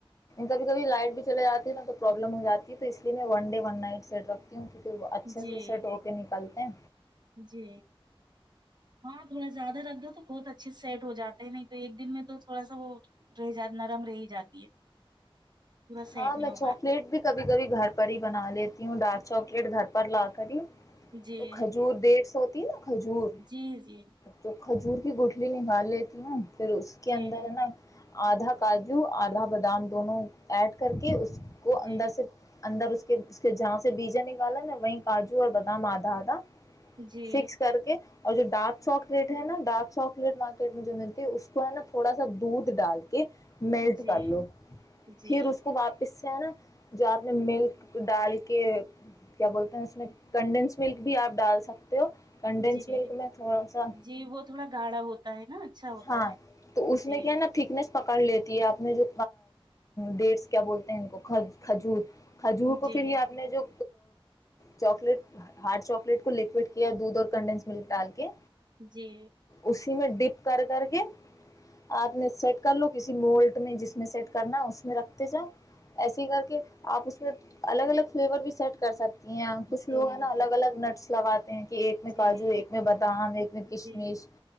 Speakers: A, on the left; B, on the right.
A: کبھی کبھی لائٹ بھی چل جاتی نا تو پرابلم ہو جاتی تو اس لیے میں ون ڈے ون نائٹ سٹ رکھتی ہوں کیونکہ وہ اچھے
B: جی
A: سے سیٹ ہو کے نکلتی ا
B: جی ہاں تھوڑا زیادہ رکھ دو تو بہت اچھے سے سیٹ ہو جاتے ہیں نہیں تو ایک دن میں تو تھوڑا سا وہ رہ جات نرم رہ ہی جاتی ہے پورا سیٹ
A: ہاں میں
B: نہیں ہو
A: چواکلیٹ
B: پاتی
A: بھی کبھی کبھی گھر پہ ہی بنا لیتی ہوں ڈارک چاکلیٹ گھر پر لا کر ہی
B: جی
A: تو کھجور ڈیڑھ سو ہوتی نا کھجور
B: جی جی
A: تو کھجور گوٹلی نکال لیتیھی نا پھر اس کے
B: جی
A: اندر نا آدھا کاجو آدھا بادام دونوں ایڈ کر کے اس کو
B: جی
A: اندر سےر اندر اس کہ اس کے جہاں سے بیجا نکالا نا وہی کاجو اور بادام آدھا آدھا
B: جی
A: سکس کر کے اور جو ڈارک چاکلیٹ ہے نا ڈارک چاکلیٹ مارکیٹ میں جو ملتی ہے اس کو ہے نا تھوڑا سا دودھ ڈال کہ میلٹ
B: جی
A: کر لو
B: جی
A: پھر اس سے نا جو آپ نے ملک ڈال کے کیا بولتے ہیں اس میں کنڈینس ملک بھی آپ ڈال سکتے ہو کنڈینس
B: جی
A: ملک میں تھوڑا سا
B: جی وہ تھوڑا گاڑھا ہوتا ہے نا اچھا ہوتا
A: ہاں
B: ہے
A: تو اس
B: جی
A: میں کیا ہے نا تھکنیس پکڑ لیتی ہے آپ نے جو ڈھ س کیا بولتے ہیں ان کو ک کھجور کھجور کو
B: جی
A: پھر یہ آپ نے جو چاکلیٹ ہاٹ چاکلیٹ کو لکوڈ کیا دودھ اور کنڈینس ملک ڈال کے
B: جی
A: اسی میں ڈپ کر کر کے آپ میں سیٹ کر لو کسی مولٹ میں جس میں سیٹ کرنا اس میں رکھ ا ایسے ہی کر کے آپ اس میں الگ الگ فلیور بھی سیٹ کر سکتے یہاں کچھ
B: جی
A: لوگ ہے نا
B: جی
A: الگ الگ نٹس لگاتے ہیں کہ ایک میں
B: جی
A: کاجو ایک میں بادام ایک میں کشمش
B: جی